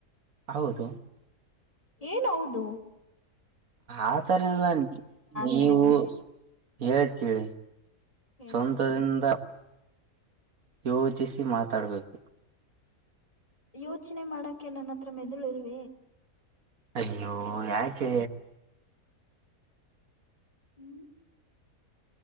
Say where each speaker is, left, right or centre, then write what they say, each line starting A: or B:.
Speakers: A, on the right; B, on the left.
A: ಹೌದು.
B: ಏನೌದು.
A: ಆ ಥರಲ್ಲ ನೀವು
B: ಸರಿ ಬಿಡಿ ಆಯ್ತು
A: ಹೇಳ್ ಕೀಳಿ
B: ಹೇಳಿ
A: ಸ್ವಂತದಿಂದ. ಯೋಚಿಸಿ ಮಾತಾಡ್ಬೇಕು.
B: ಯೋಚನೆ ಮಾಡಕ್. ಅಕೆ ನನ್ನ ಹತ್ರ ಮೆದುಳು ಇಲ್ವ.
A: ಅಯ್ಯೋ ಯಾಕೆ.
B: ಹ್ಮ್.